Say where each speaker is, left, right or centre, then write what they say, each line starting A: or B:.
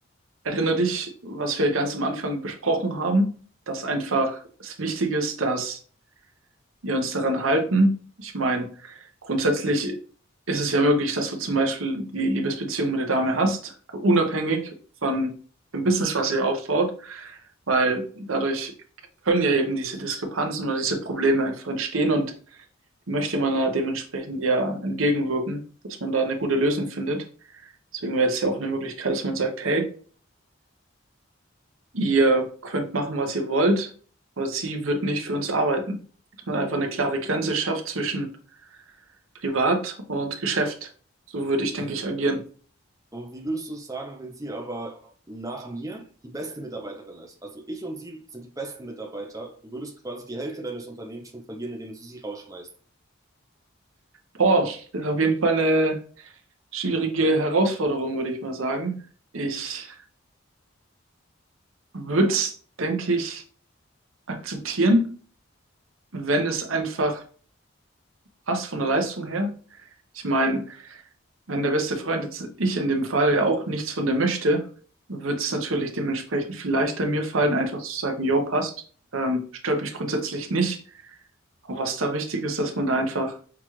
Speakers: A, on the right; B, on the right.
A: erinnere dich, was wir ganz am Anfang besprochen haben, dass einfach es wichtig ist, dass wir uns daran halten. Ich meine, grundsätzlich ist es ja möglich, dass du zum Beispiel die Liebesbeziehung mit der Dame hast, unabhängig von dem Business, was ihr aufbaut, weil dadurch können ja eben diese Diskrepanzen oder diese Probleme einfach entstehen und möchte man da dementsprechend ja entgegenwirken, dass man da eine gute Lösung findet. Deswegen wäre jetzt ja auch eine Möglichkeit, dass man sagt, hey, ihr könnt machen, was ihr wollt, aber sie wird nicht für uns arbeiten. Dass man einfach eine klare Grenze schafft zwischen Privat und Geschäft. So würde ich, denke
B: Mhm.
A: ich, agieren.
B: Und wie würdest du es sagen, wenn sie aber nach mir die beste Mitarbeiterin ist? Also ich und sie sind die besten Mitarbeiter. Du würdest quasi die Hälfte deines Unternehmens schon verlieren, indem du sie rausschmeißt,
A: Boah, das ist auf jeden Fall eine schwierige Herausforderung, würde ich mal sagen. Ich würde es, denke ich, akzeptieren, wenn es einfach passt von der Leistung her. Ich meine, Wenn der beste Freund jetzt ich in dem Fall ja auch nichts von der möchte, wird es natürlich dementsprechend viel leichter mir fallen, einfach zu sagen, yo, passt. Ähm, stört mich grundsätzlich nicht. Aber was da wichtig ist, dass man da einfach